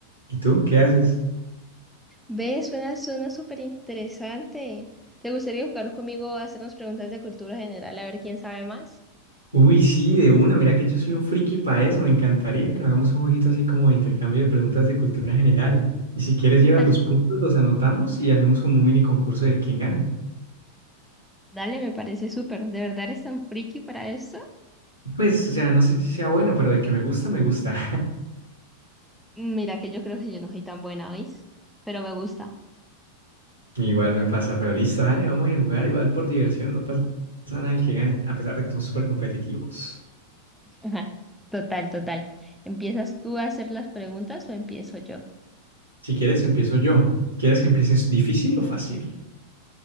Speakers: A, on the right (about 85°); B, in the centre.
A: ¿Y tú? ¿Qué haces?
B: Ve, suena, suena súper interesante. ¿Te gustaría jugar conmigo a hacernos preguntas de cultura general a ver quién sabe más?
A: Uy, sí, de una. Mira que yo soy un friki para eso. Me encantaría que nos hagamos un jueguito así como de intercambio de preguntas de cultura general. Y si quieres
B: <laughs>
A: llevas los puntos, los anotamos y hacemos como un mini concurso de quién gana.
B: Dale, me parece súper. ¿De verdad eres tan friki para esto?
A: Pues, o sea, no sé si sea bueno, pero de que me gusta, me gusta.
B: Mira que yo creo que yo no soy tan buena, ¿oís? Pero me gusta.
A: Igual me pasa, pero listo, dale, vamos a jugar igual por diversión, no pasa nada el que gane, a pesar de que son súper competitivos.
B: Ajá, Total, total. ¿Empiezas tú a hacer las preguntas o empiezo yo?
A: Si quieres, empiezo yo. ¿Quieres que empieces difícil o fácil?